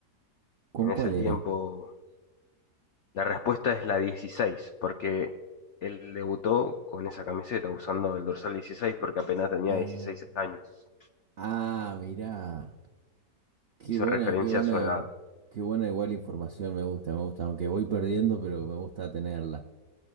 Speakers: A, on the right (about 75°); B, on the left (about 80°).
A: ¿con
B: En
A: cuál
B: ese tiempo,
A: era?
B: la respuesta es la 16, porque él debutó con esa camiseta, usando el dorsal 16 porque apenas tenía
A: Ah,
B: 16 años.
A: ah, mirá. Qué
B: Hizo
A: buena,
B: referencia
A: qué buena,
B: a su edad.
A: qué buena igual información me gusta, me gusta, aunque voy perdiendo, pero me gusta tenerla.